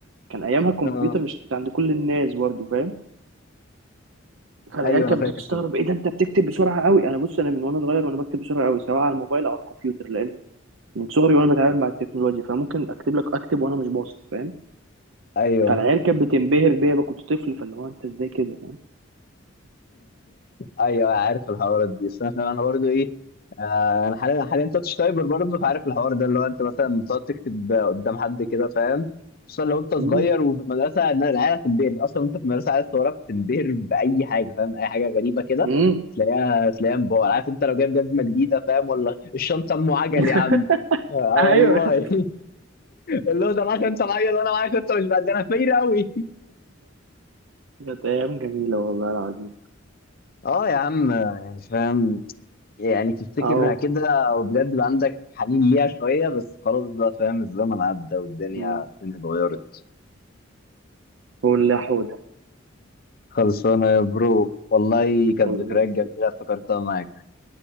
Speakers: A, on the right; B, on the left.
A: كان ايامها الكمبيوتر
B: اه
A: مش عند كل الناس برضه فاهم فالعيال
B: ايوه
A: كانت
B: انا فاكر
A: بتستغرب
B: صدق.
A: ايه ده انت بتكتب بسرعه قوي انا بص انا من وانا صغير وانا بكتب بسرعه قوي سواء على الموبايل او على الكمبيوتر لان من صغري وانا بتعامل مع التكنولوجيا فممكن اكتب لك اكتب وانا مش باصص فاهم
B: ايوه
A: فالعيال كانت بتنبهر بيا بقى كنت طفل فاللي هو انت ازاي كده فاهم
B: ايوه عارف الحوارات دي بس انا انا برضو ايه آه، انا حاليا حاليا تاتش تايبر برضو فعارف الحوار ده اللي هو انت مثلا بتقعد تكتب قدام حد كده فاهم خصوصا لو انت صغير
A: مم.
B: وفي المدرسه إن العيال هتنبهر اصلا انت في المدرسه عايز وراك تنبهر باي حاجه فاهم اي حاجه غريبه كده
A: مم.
B: تلاقيها تلاقيها مبهر عارف انت لو جايب جزمه جديده فاهم ولا الشنطه ام عجل
A: <laughs>
B: يا عم آه والله
A: ايوه يا اسطى.
B: <laughs> اللي هو ده معاك انت معايا وانا معاك انت مش بعد ده انا فاير قوي
A: كانت ايام جميله والله العظيم
B: اه يا عم يعني فاهم يعني تفتكرها
A: اهو
B: كده وبجد بقى عندك حنين ليها شوية بس خلاص بقى فاهم الزمن عدى والدنيا
A: مم.
B: الدنيا اتغيرت
A: قول لي يا حوده
B: خلصانة يا برو والله كانت
A: قول
B: ذكريات
A: لي يا سيدي.
B: جميلة افتكرتها معاك